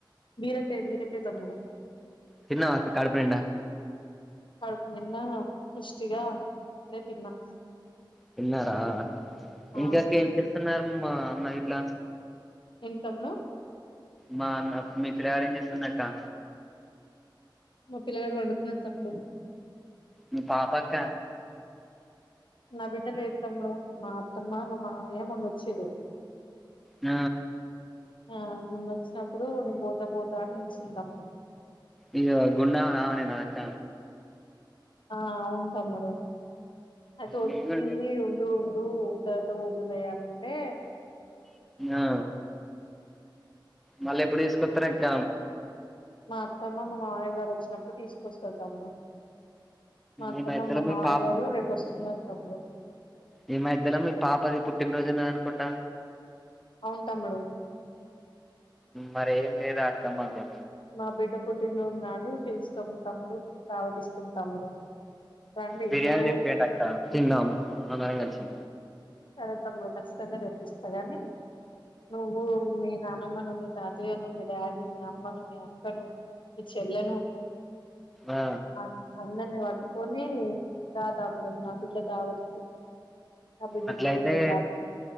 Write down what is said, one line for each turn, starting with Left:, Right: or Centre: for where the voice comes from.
Left: బీరకాయ బీరకాయ తమ్న
Centre: తిన్నావా అక్కా కడుపునిండా
Left: కడుపు నిన్న పుష్టిగా ఇప్పు డే తిన్నా
Centre: తిన్నారా
Left: ఆ
Centre: ఇంతకీ ఏం చెస్తున్నారు ఆమ అన్నా గిట్ల
Left: ఏం తమ్ముడు
Centre: మా అన్న మీ పిలగాడు ఏం చేస్తుండు అక్క
Left: మా పిల్లగాడు వండుకున్న తమ్ముడు
Centre: మీ పాపాక్క
Left: నా బిడ్డ లేదు తమ్ముడు మా అత్తమ్మ మా మామయ్య మొన్న వచ్చిరూ
Centre: ఆ
Left: ఆ మొన్న వచ్చినప్పుడూ నేను పోత పోత అని ఏడ్చింది తమ్ముడు
Centre: ఇ గువ గుండు ఆమె ఆమె నా అక్క
Left: ఆ ఉంటా మరి అది వచ్చింది
Centre: నేను కూడా
Left: ఉండు పుడు తరువాత పొదువులే అనినంటే
Centre: ఆ మళ్ళీ ఎప్పుడు తీసుకొస్తార అక్క
Left: మా అత్తమ్మ మా మావయ్య గారు వచ్చినప్పుడు తీసుకొస్త తమ్ముడు మా అత్తమ
Centre: ఈ మధ్యలో
Left: మా
Centre: మీ
Left: మాయ
Centre: పాప
Left: గారు రేపు వస్తున్నారు తమ్ముడు
Centre: ఈ మధ్యలొ మీ పాపది పుట్టిన్ రోజు ఉన్నది అనుకుంటా
Left: అవును తమ్ముడు
Centre: మరేం లేదా కమ్మాకు
Left: మా బిడ్డ పుట్టిన రోజునాడు పిలుస్తం తమ్ముడు దావతిస్తాం తమ్ముడు రండి
Centre: బిర్యానీ
Left: నువ్వు
Centre: తెప్పియండి అక్క తిందాం అందరం కలిసి
Left: సరే తమ్ముడు ఖచ్చితంగా తెప్పిస్తా గాని నువ్వో నేనా అన్నను మీ తాతయ్యను మీ డాడీనీ మీ అమ్మను మీ అక్కను మీ చెల్లెను
Centre: ఆ
Left: అ అందర్నీ పట్ పోనీ రా తమ్ముడు నా బిడ్డ దావత్ కి బిడ్డ
Centre: అట్లయితే
Left: పుట్టినరోజు